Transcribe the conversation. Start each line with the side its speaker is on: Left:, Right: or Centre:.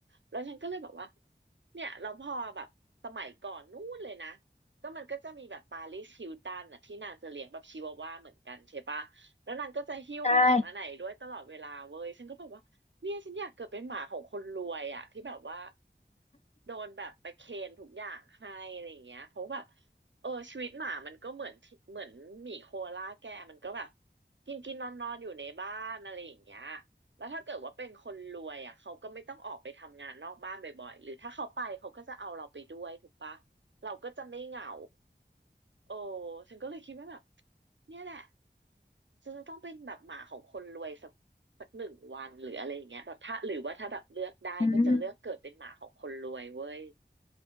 Right: แล้วฉันก็เลยแบบว่า เนี่ยเราพอแบบสมัยก่อนนู้นเลยนะก็มันก็จะมีแบบปาริสฮิลตันน่ะที่นางจะเลี้ยงแบบชิวาว่าเหมือนกันใช่ปะแล้วนางก็จะหิ้วไปไหนมาไหนด้วยตลอดเวลาเว้ยฉันก็แบบว่าเนี่ยฉันอยากเกิดเป็นหมาของคนรวยอ่ะที่แบบว่า
Left: ใช่
Right: โดนแบบไปเคนทุกอย่างให้อะไรอย่างเงี้ยเพราะแบบเออชีวิตหมามันก็เหมือนที่เหมือนหมีโคอาล่าแกมันก็แบบกินกินนอนนอนอยู่ในบ้านอะไรอย่างเงี้ย แล้วถ้าเกิดว่าเป็นคนรวยอ่ะเขาก็ไม่ต้องออกไปทำงานนอกบ้านบ่อยๆหรือถ้าเขาไปเขาก็จะเอาเราไปด้วยถูกปะเราก็จะไม่เหงาโอ้ฉันก็เลยคิดว่าแบบเนี่ยแหละฉันจะต้องเป็นแบบหมาของคนรวยสักสักหนึ่งวันหรืออะไรอย่างเงี้ยแบบถ้าหรือว่าถ้าแบบเลือกได้ก็จะเลือกเกิดเป็นหมาของคนรวยเว้ย
Left: อืม